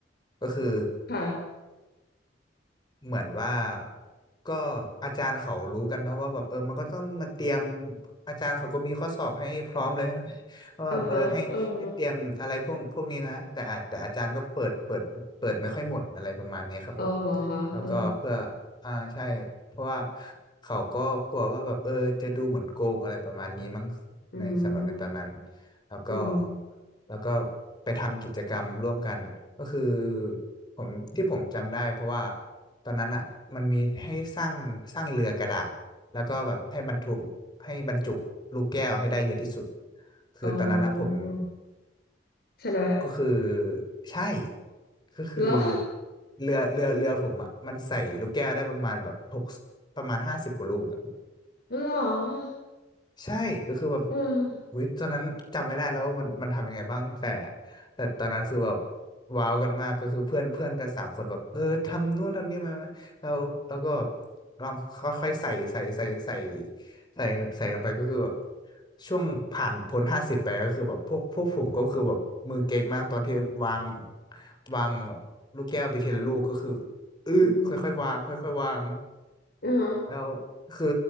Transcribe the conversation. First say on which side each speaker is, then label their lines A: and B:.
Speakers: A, on the left (about 25°); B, on the left (about 55°).
A: ก็คือ
B: ค่ะ
A: เหมือนว่าก็อาจารย์เขารู้กันเนาะว่าแบบเออมันก็ต้องมาเตรียมอาจารย์เขาก็มีข้อสอบให้พร้อมเลย <laughs> ว่าแบบเออให้ให้เตรียมอะไรพวกพวกนี้นะแต่อาจแต่อาจารย์ก็เปิดเปิดเปิดไม่ค่อยหมดอะไรประมาณนี้ครับผม
B: เออฮะเออฮะเอาเหรอคะเออ
A: แล้วก็เพื่ออ่าใช่เพราะว่าเขาก็กลัวว่าแบบเออจะดูเหมือนโกงอะไรประมาณนี้มั้ง
B: อืม
A: ในสำหรับในตอนนั้นแล้วก็
B: อืม
A: แล้วก็ไปทำกิจกรรมร่วมกันก็คือผมที่ผมจำได้เพราะว่าตอนนั้นอ่ะมันมีให้สร้างสร้างเรือกระดาษแล้วก็แบบให้บรรทุกให้บรรจุลูกแก้วให้ได้เยอะที่สุดคือตอนนั้นนะผม
B: อ๋อชนะ
A: ก็คือใช่ก็คือ
B: เหรอ
A: เรือเรือเรือผมอ่ะมันใส่ลูกแก้วได้ประมาณแบบหกประมาณห้าสิบกว่าลูก
B: เหรอ
A: ใช่ก็คือแบบ
B: เออ
A: วิตอนนั้นจำไม่ได้แล้วว่ามันมันทำยังไงบ้างแต่แต่ตอนนั้นคือแบบว้าวกันมากก็คือเพื่อนเพื่อนกันสามคนแบบเออทำนู่นทำนี่มาไหมแล้วแล้วก็แบบลองค่อยๆใส่ใส่ใส่ใส่ใส่ใส่กันไปก็คือแบบช่วงผ่านพ้นห้าสิบไปก็คือแบบพวกพวกผมก็คือแบบมือเก่งมากตอนที่วางวางแบบลูกแก้วไปทีละลูกก็คืออื้อค่อยๆวางค่อยๆวาง
B: อืมอืม
A: แล้วคือ